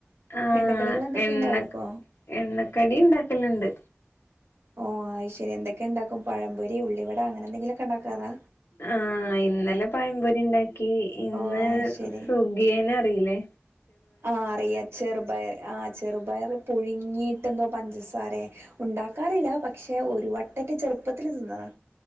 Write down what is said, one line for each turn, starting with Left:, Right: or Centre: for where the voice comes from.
Left: ആ
Right: എണ്ണക്കടികൾ എന്തൊക്കെ
Left: എണ്ണക്ക്
Right: ഉണ്ടാക്കോ
Left: എണ്ണക്കടി ണ്ടാക്കല്ണ്ട്
Right: ആ ആയ്ശരി എന്തെക്കെണ്ടാക്കും പഴംപൊരി ഉള്ളിവട അങ്ങനെന്തെങ്കിലൊക്കെ ണ്ടാക്കാറാ
Left: ആ ഇന്നലെ പഴംപൊരി ണ്ടാ ക്കി ഇന്ന്
Right: ഓ അത് ശരി
Left: സുഗിയനക്കി അറീലെ
Right: ആ അറിയാ ചെറ്പയ് ആ ചെറ്പയറ് പുഴുങ്ങീട്ടെന്തോ പഞ്ചസാരെ ഉണ്ടാക്കാറീല പക്ഷെ ഒരു വട്ടറ്റെ ചെറ്പ്പത്തില് തിന്നതാ